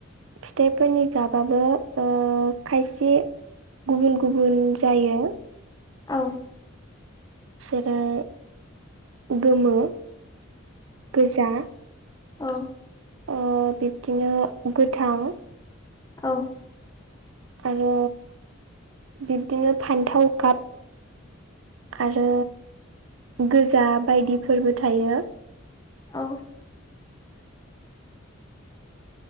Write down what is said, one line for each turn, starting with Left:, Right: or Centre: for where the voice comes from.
Right: फिथाइफोरनि गाबाबो ओ खायसे गुबुन गुबुन जायो।
Left: औ।
Right: जेरै गोमो, गोजा।
Left: औ।
Right: ओ बिब्दिनो गोथां।
Left: औ।
Right: आरो बिब्दिनो फान्थाव गाप। आरो गोजा बायदिफोरबो थायो।
Left: औ।